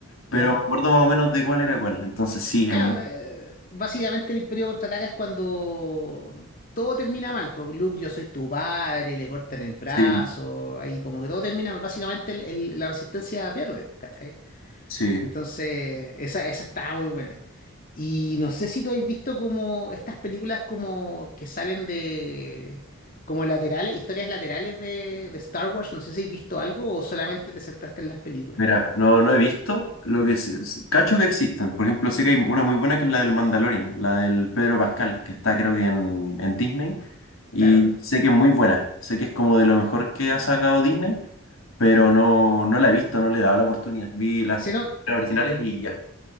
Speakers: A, on the left; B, on the left.
A: pero
B: ¿Ya?
A: me acuerdo más o menos de cuál era cuál. Entonces sí,
B: Claro,
A: es mu-
B: eh, básicamente el Imperio contraataca es cuando todo termina mal. Porque Luke, yo soy tu padre, le cortan el brazo,
A: sí,
B: ahí como que todo termina mal. Básicamente el- el- la resistencia pierde, ¿cachai?
A: sí.
B: Entonces, esa, esa está muy buena. Y no sé si tú habéis visto como estas películas como que salen de como laterales, historias laterales de, de Star Wars. No sé si habéis visto algo o solamente te sentaste en las películas.
A: Mira, no, no he visto lo que sí- s- cacho que existen. Por ejemplo, sé que hay una muy buena que es la del Mandalorian, la del Pedro Pascal, que está creo que en, en Disney. Y
B: Claro.
A: sé que es muy buena. Sé que es como de lo mejor que ha sacado Disney, pero no, no la he visto, no le he dado la oportunidad. Vi las,
B: Sí, no,
A: las originales y ya.